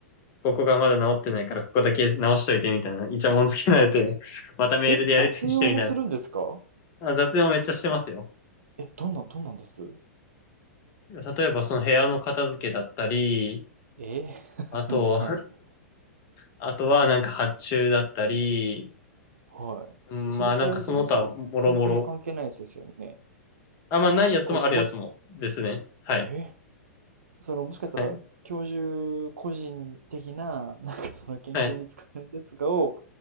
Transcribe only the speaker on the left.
ここがまだ治ってないからここだけ直しといてみたいな、イチャモンつけられて、<laughs> またメールでやりとりしてみたいな。
あ、雑用めっちゃしてますよ。
例えばその部屋の片付けだったり、
あと、
<laughs>
あとはなんか発注だったり、
うんまあなんかその他もろもろ。
あ、まあないやつもあるやつもですね。
はい。
はい
はい、